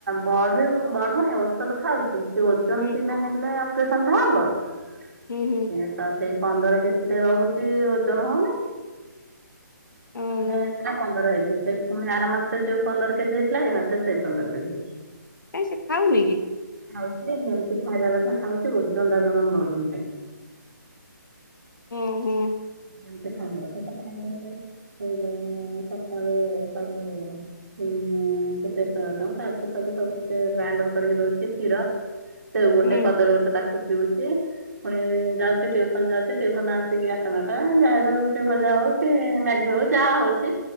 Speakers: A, on the right; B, on the left.
A: ବଢୁ ବଢୁନି ଔଷଧ ଖାଉଛି। ସେ ଓଜନ
B: ହୁଁ
A: ସିନା ହେଲେ ଅପରେସନ ଟା ହବ ସେ
B: ହୁଁ ହୁଁ
A: ତ ସେଇ ପନ୍ଦର କେଜିରେ ରହୁଛି ଓଜନ ହଉନି।
B: ଓହୋ
A: ଚଉଦ ହେଇଥିଲା ପନ୍ଦର ହେଇଛି ସେଇ ଫୁଣି ଆର ମାସ ଯୋଉ ପନ୍ଦର କେଜି ଥିଲା ଏଇ ମାସରେ ସେଇ ପନ୍ଦର କେଜି ହେଇଚି।
B: କାଇଁ ସେ ଖାଉନି କି?
A: ଖାଉଛି ଯେ ଯେମିତି ଖାଇବା କଥା ଖାଉଛି ଓଜନ ଟା ଜମା ବଢୁନି ତାର।
B: ଉଁ ହୁଁ।
A: ଏମିତି ସାଙ୍ଗ କଥା <unintelligible> ଏଇ ଯଉ ସଖାଳୁ ତାକୁ। ହୁଁ ମୁଁ ସେ ପେସ୍ତା ବାଦାମ କାଜୁ ଫାଜୁ ସବୁ ଏ ଗ୍ରାଇଣ୍ଡର କରିକି ଦଉଛି କ୍ଷୀର। ସେଉ ଗୋଟେ
B: ହୁଁ
A: କଦଳୀ ଗୋଟେ ତାକୁ ପିଉଛି ଫୁଣି ଯାଉଛି ଟିଉସନ ଯାଉଛି ଟଉସନ ଆସିକି ସାଢ଼ ନଅ ଟା ଯାହା ହେଇଥାଉ ରୁଟି ଭଜା ହଉ କି ମାଗି ହଉ ଯାହା ହଉଛି।